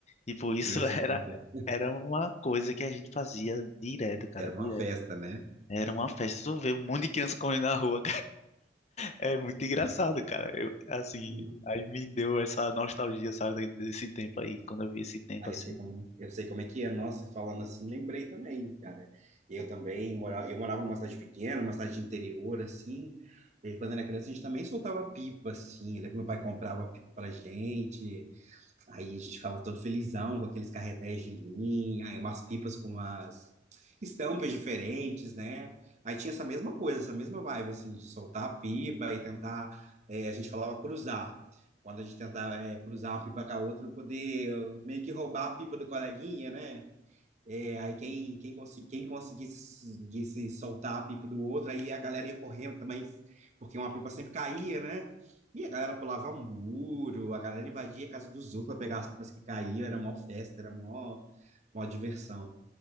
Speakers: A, on the left; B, on the right.
A: Tipo, isso
B: eu
A: <laughs>
B: sei
A: era,
B: como é que é.
A: era uma coisa que a gente fazia direto, cara,
B: Era uma
A: direto.
B: festa, né?
A: Era uma festa. Tu vê um monte de criança correndo na rua, é muito engraçado, cara. Eu, assim,
B: Hum.
A: aí me deu essa nostalgia, sabe, de- desse tempo aí, quando eu vi esse tempo
B: Aí
A: assim.
B: eu sei como, eu sei como é que é. Nossa, e falando assim, lembrei também, cara. Eu também morava, eu morava numa cidade pequena, uma cidade de interior, assim. E quando era criança, a gente também soltava pipa, assim. Eu lembro que meu pai comprava pipa pra gente. Aí a gente ficava todo felizão com aqueles carretéis de linha, aí umas pipas com umas estampas diferentes, né? Aí tinha essa mesma coisa, essa mesma vibe, assim, de soltar a pipa e tentar. é, a gente falava cruzar. Quando a gente tentava, é, cruzar uma pipa com a outra, pra poder eh, meio que roubar a pipa do coleguinha, né? É, aí quem, quem, consegui, quem conseguisse soltar a pipa do outro, aí a galera ia correndo também, porque uma pipa sempre caía, né? E a galera pulava muro, a galera invadia a casa dos outros para pegar as pipas que caíam, era mó festa, era mó, mó diversão.